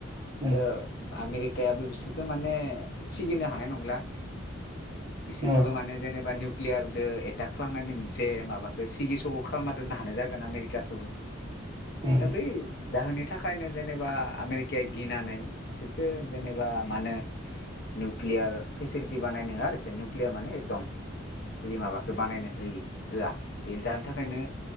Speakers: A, on the right; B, on the left.
A: उम
B: थो आमेरि कायाबो बिसोरखो माने सिगिनो हानाय नंला। बिसोरखोबो
A: उम
B: माने जेनेबा निउ क्लियारदो एटाक खालामनायनि मोनसे माबाखो सिगि सग' खालामना दोननो हानाय जागोन आमेरिकाखोबो
A: उम
B: आ बै जाहोननि थाखायनो जेनेबा आमेरिकाया गिनानै बिसोरखो जेनेबा मानो निउकलियार फेसिल थि बानायनो होआ आरो इसोर निउकलियार माने एटम बै माबाखौ बानायनो होयि होआ बेनो जानो थाखायनो